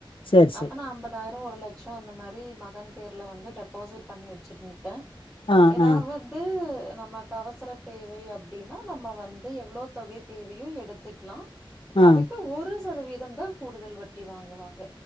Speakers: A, on the left; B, in the centre.
A: சரி,
B: அப்ப
A: சரி.
B: நா அம்ப தாய்ரோ ஒரு லட்சோ அந்த மாரி மகன் பேர்ல வந்து டெபாசிட் பண்ணி வச்சிருன்ப்பே
A: ஆ,
B: எதாவத்
A: ஆ,
B: நமக்கு அவசர தேவை அப்டின்னா நம்ம வந்து எவ்ளோ தொகை தேவையோ எடுத்துக்லா
A: ஆ.
B: அதுக்கு ஒரு சதவீதம் தா கூடுதல் வட்டி வாங்குவாங்க